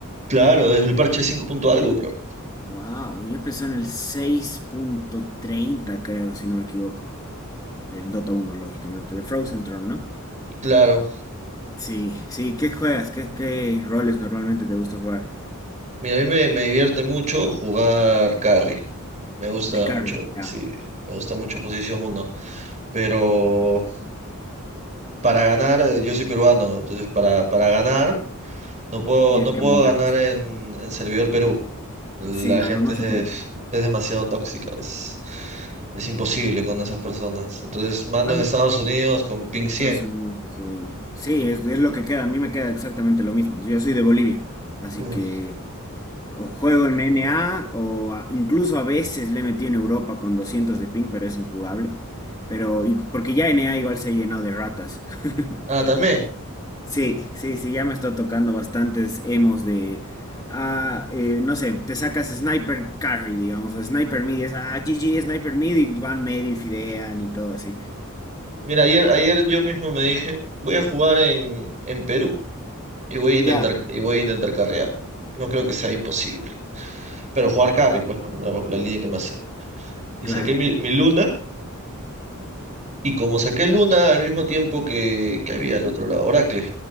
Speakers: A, on the right; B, on the left.
A: Claro, desde el parche 5 punto algo, creo.
B: Wow, yo empecé en el 6.30, creo, si no me equivoco. Del Dota 1, lógicamente. De Frozen Throne, ¿no?
A: Claro.
B: Sí, sí. ¿Qué juegas? ¿Qué, qué roles normalmente te gusta jugar?
A: Mira, a mí me, me divierte mucho jugar carry. Me gusta
B: De carry,
A: mucho,
B: ya.
A: sí, me gusta mucho posición uno pero para ganar, eh, yo soy peruano, entonces para, para ganar, no puedo,
B: Tienes
A: no
B: que
A: puedo
B: amoldarte.
A: ganar en, en servidor Perú. La
B: Sí, no,
A: gente
B: no, no
A: es,
B: se
A: de-
B: puede.
A: es demasiado tóxica, es, es imposible con esas personas. Entonces mando
B: Dan-
A: en Estados Unidos con ping
B: Estados
A: cien
B: Unidos, sí. Sí, es, es lo que queda. A mí me queda exactamente lo mismo. Yo soy de Bolivia, así
A: Mm.
B: que o juego en NA o a- incluso a veces le he metido en Europa con 200 de ping, pero es injugable. Pero y- porque ya NA igual se ha llenado de ratas. <laughs>
A: Ah, también.
B: Sí, sí, sí, ya me está tocando bastantes emos de, ah, eh, no sé, te sacas Sniper Carry, digamos, o Sniper Mid, y es, ah, GG, Sniper Mid, y van medio y fidean y todo así.
A: Mira, ayer, ayer yo mismo me dije, voy a jugar en, en Perú y voy a
B: Ya.
A: intentar, y voy a intentar carrear. No creo que sea imposible. Pero jugar carry, pues, ¿no? La, la línea que más sé. y
B: Claro.
A: saqué mi, mi Luna. Y como saqué Luna al mismo tiempo que, que había al otro lado, Oracle.